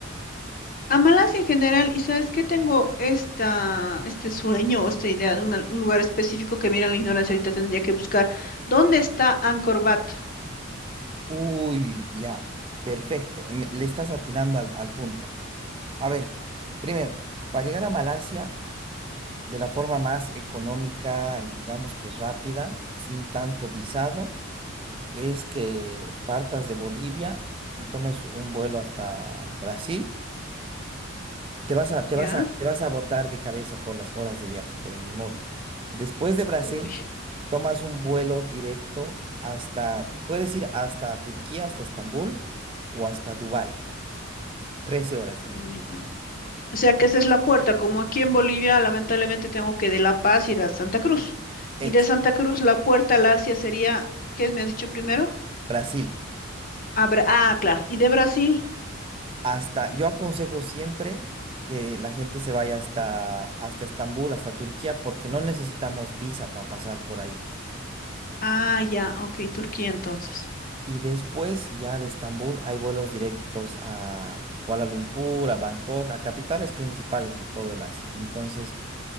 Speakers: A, on the left; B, on the right.
A: A Malasia en general, y sabes que tengo esta, este sueño o esta idea de una- un lugar específico que mira la ignorancia, ahorita tendría que buscar. ¿Dónde está Angkor Wat?
B: Uy, ya, perfecto. me- Le estás atinando al, al punto. A ver, primero, para llegar a Malasia de la forma más económica y digamos que rápida, sin tanto visado, es que partas de Bolivia y tomes un vuelo hasta Brasil Te vas a, te
A: ¿Ya?
B: vas a, te vas a botar de cabeza por las horas de viaje, pero ni modo. Después de Brasil,
A: Uy,
B: tomas un vuelo directo hasta, puedes ir hasta Turquía, hasta Estambul o hasta Dubái. trece horas de
A: mm,
B: viaje.
A: ya. O sea que esa es la puerta, como aquí en Bolivia, lamentablemente tengo que de La Paz ir a Santa Cruz.
B: Exacto.
A: Y de Santa Cruz la puerta al Asia sería, ¿qué me has dicho primero?
B: Brasil.
A: A ah, claro. ¿Y de Brasil?
B: Hasta, yo aconsejo siempre que la gente se vaya hasta, hasta Estambul, hasta Turquía, porque no necesitamos visa para pasar por ahí.
A: Ah, ya, ok, Turquía entonces.
B: Y después ya de Estambul hay vuelos directos a Kuala Lumpur, a Bangkok, a capitales principales en todo el Asia. Entonces,